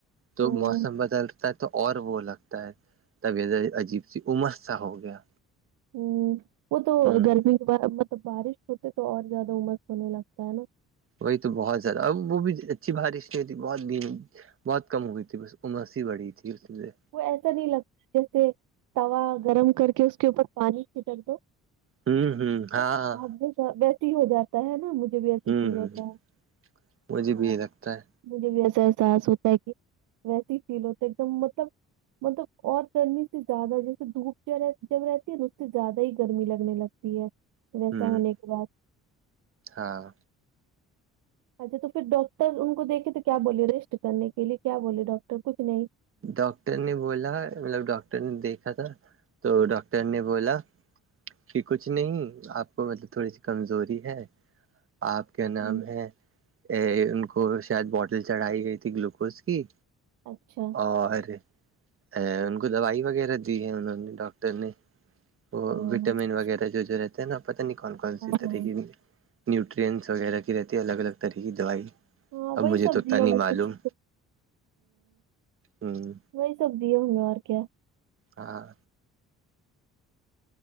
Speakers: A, on the right; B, on the right.
A: تو
B: ہوں
A: موسم بدلتا ہے تو اور وہ لگتا ہے ہوتا ہے تب عجیب سی عمس سا ہو گیا
B: ہو وہ تو
A: ہوں
B: گرمی کے بعد مطلب بارش ہوتے تو اور زیادہ امس ہونے لگتا ہے نا
A: وہی تو بہت زیادہ وہ بھی اچھی بارش نہیں ہوئے ٹھی بہت دھیمی بہت کم ہو گئی تھی بس عمسی ہی بڑی تھی اس سے
B: وہ ایسا نہیں لگتا جیسے توا گرم کر کے اس کے اوپر پانی چھٹک دو
A: ہوں ہوں ہاں
B: ویسے بھاپ جیسا ویسے ہی ہو جات ہے نا مجھے بھی ایسی
A: ہوں
B: فیل
A: ہ
B: ہوتا ہے
A: مجھے بھی
B: ہاں
A: یہ لگتا ہے
B: مجھے بھی ایسا احساس ہوتا ہے کہ ویسے ہی فیل ہوتا ہے ایک دم مطلب مطلب اور گرمی سے زیادہ جیسے دھوپ ج جب رہتی ہے نا اس سے زیادہ ہی گرمی لگنے لگتی ہے ویسا
A: ہوں
B: ہونے کے بعد
A: ہاں
B: اچھا تو پھر ڈاکٹر ان کو دیکھے تو کیا بولیے ریسٹ کرنے کے لیے کیا بولے ڈاکٹر کچھ نہیں
A: ڈاکٹر نے بولا مطلب ڈاکٹر نے دیکھا تھا تو ڈاکٹر نے بولا کہ کچھ نہیں آپ کو مطلب تھوڑی سی کمزوری ہے آپ کیا نام
B: ہوں،
A: ہے ان کو شاید بوٹل چڑھائی گئی تھی گلوکوز کی
B: اچھا
A: اور ان کو دوائی وغیرہ دی ہے انہوں نے ڈاکٹر نے وہ
B: <inaudible>
A: وٹامن وغیرہ جو جو رہتے ہیں نا پتاہ نہیں کون کون سی طریقے
B: ہاں
A: کی نیوٹرینس وغیرہ کی رہتی ہے الگ الگ طرح کی دوائی
B: ہاں
A: اب
B: وہی
A: مجھے
B: سب
A: تو اتنا
B: دیا
A: نہیں
B: وہ
A: معلوم
B: کچھ
A: ہوں
B: وہی سب دییاے ہوںے اور کیا
A: ہاں